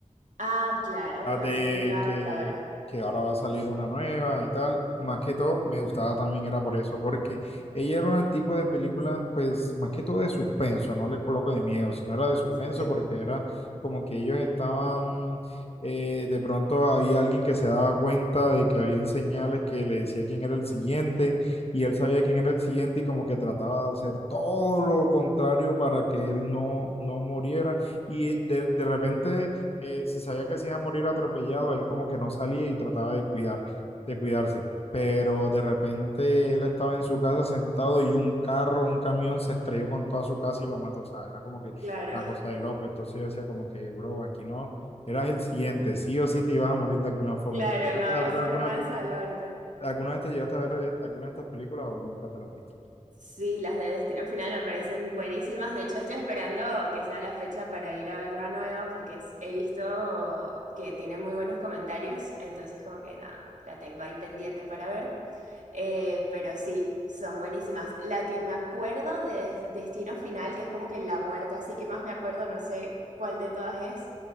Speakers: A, on the right; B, on the left.
A: Ah, claro,
B: las
A: que
B: de
A: va a salir la
B: que,
A: otra ahora.
B: que ahora va a salir una nueva y tal. Más que todo, me gustaba también era por eso, porque ella era un tipo de película, pues más que todo de suspenso, no le coloco de miedo, sino era de suspenso
A: Sí,
B: porque era como que ellos estaban, eh, de pronto había alguien que se daba cuenta de que habían señales que le decía quién era el siguiente y él sabía quién era el siguiente y como que trataba de hacer todo lo contrario para que él no, no muriera y de, de repente eh, si sabía que se iba a morir atropellado, él como que no salía y trataba de cuidar, de cuidarse. Pero de repente él estaba en su casa sentado y un carro, un camión se estrelló con toda su casa y lo mató. O sea, era como que
A: claro,
B: una cosa
A: <laughs>
B: de loco. Entonces yo decía como que, bro, aquí no, eras el siguiente, sí o sí te ibas a morir de alguna forma.
A: claro,
B: ¿Tú llegaste
A: no había
B: a ver
A: forma
B: alguna, pe-
A: de salvarte.
B: alguna vez te llegaste a ver eh, alguna de estas películas o nunca te las viste?
A: Sí, las de Destino Final me parecen buenísimas. De hecho, estoy esperando que sea la fecha para ir a ver la nueva porque es- he visto que tiene muy buenos comentarios. Entonces, como que nada, la tengo ahí pendiente para ver. Eh, pero sí, son buenísimas. La que me acuerdo de Des- Destino Final, que es como que la muerte, así que más me acuerdo, no sé cuál de todas es,